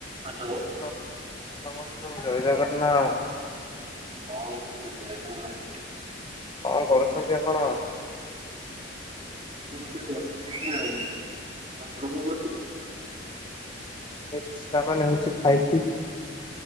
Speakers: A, on the right (about 35°); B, on the left (about 25°).
A: ହାଲୋ।
B: ହ୍ଲୋ ହାଲୋ ବନ୍ଧୁ ଜୟ ଜଗନ୍ନାଥ।
A: ହଁ ବନ୍ଧୁ ଜୟ ଜଗନ୍ନାଥ।
B: କଁ କରୁଛନ୍ତି ଆପଣ?
A: ମୁଁ ଏଇଠି ବସିଥିଲି ଆଉ, ଆପଣ କଁ କରୁଛନ୍ତି?
B: ଏ ଶ୍ରାବଣ ହେଉଛି ଖାଇକି